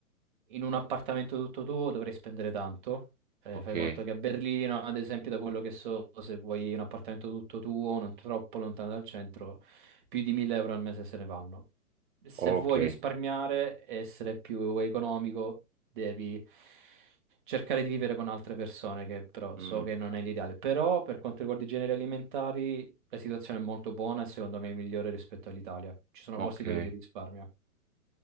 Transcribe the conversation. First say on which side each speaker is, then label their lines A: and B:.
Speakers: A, on the right (about 35°); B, on the right (about 60°).
A: in un appartamento tutto tuo, dovrei spendere tanto. Eh,
B: Ok,
A: fai conto che a Berlino, ad esempio, da quello che so, se vuoi un appartamento tutto tuo, non troppo lontano dal centro, più di 1000 euro al mese se ne vanno. Se
B: ok.
A: vuoi risparmiare e essere più economico, devi cercare di vivere con altre persone, che però
B: Mm,
A: so che non è l'ideale. Però per quanto riguarda i generi alimentari, la situazione è molto buona e secondo me è migliore rispetto all'Italia. Ci sono
B: ok,
A: posti dove si risparmia.